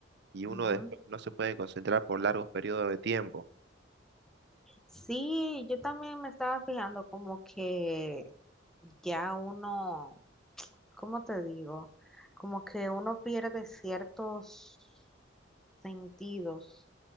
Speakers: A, on the right (about 60°); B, in the centre.
A: y uno
B: ujú.
A: después no se puede concentrar por largos periodos de tiempo.
B: Sí, yo también me estaba fijando como que ya uno, ¿cómo te digo? Como que uno pierde ciertos sentidos